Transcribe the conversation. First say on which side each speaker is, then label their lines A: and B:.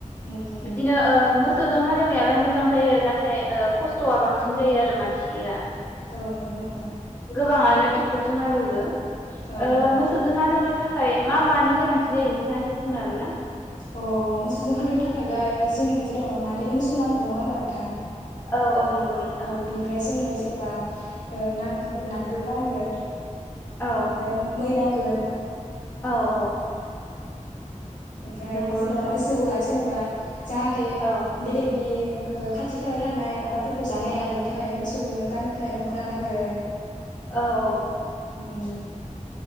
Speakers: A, on the left (about 75°); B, on the left (about 20°).
A: उम उम
B: बिदिनो ओ मोस सौजों हालेवनायालाय मोजां जायो नाथाय खस्थ'आ बांसिन जायो आरो मानसिया।
A: औ नोंगौ नोंथां।
B: बाङानो ट्रेक्टरजों हालेवो। ओ
A: औ औ
B: मोसौजों हालेवनो थाखाय मा मानि गोनांथि जायो नोंथाङा एसे बुंनो हागोन ना?
A: अ' मोसौजों हालेवनो थाखायलाय जोंनो जेनेबा मानै मोसौ नांगोन नङा होनबा नोंथां?
B: औ औ नंगौ नोंथां
A: औ बिनिफ्राय जोंनो जेनबा ओ नां-नांगोल नांगोन। ओमफ्राय
B: औ
A: मै नां गोन
B: औ औ
A: ओमफ्राय
B: नंगौ
A: जेनेबा
B: नोंथां
A: मोसौआ जेनबा जाहाथे
B: औ
A: बेलेगनि खाथि खालायाव थानाय आबादफोरखौ जानो हाया बेनि थाखाय मोसौनो गानो थाखाय मुक्रा नांगोन।
B: औ औ
A: उम